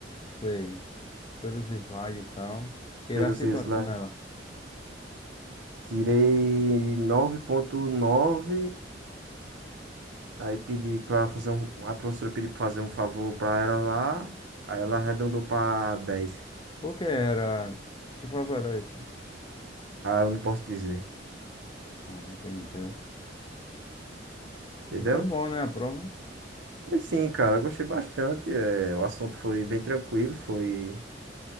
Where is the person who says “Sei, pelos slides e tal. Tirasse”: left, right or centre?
Left